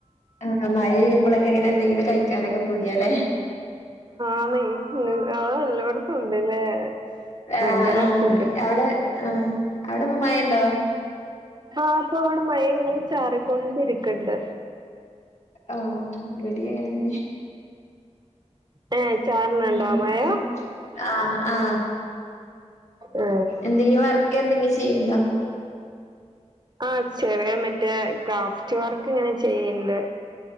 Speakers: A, on the left; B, on the right.
A: ആ.. മഴ പെയ്യുമ്പോളൊക്കെയിങ്ങനെയെന്തെങ്കിലും കഴിക്ക കഴിക്കാനൊക്കെ പൂതിയായല്ലേ.
B: ആന്നേ അത് എല്ലായിടത്തും ഉണ്ടല്ലേ
A: ആ..
B: ഭയങ്കര ഫുഡ്
A: അവിടെ, ആ.. അവിടെയിപ്പം മഴയുണ്ടോ?
B: ആ.. അപ്പോഅവിടെ മഴയെങ്ങനെ ചാറും കൊണ്ടിരിക്കണ്ട്
A: ആഹ്, റെഡിയായേനെന്നേ
B: ഏ ചാറിനുണ്ടോ
A: പിന്നെ
B: മഴ
A: അ.. ആ..
B: ഏ
A: എന്തെങ്കിലും വർക്കെന്തെങ്കിലും ചെയ്യുന്നുണ്ടോ
B: ആ.. ചെറിയമറ്റേ ഗ്രാഫ്റ്റ് വർക്കിങ്ങനെ ചെ ചെയ്യുണ്ട്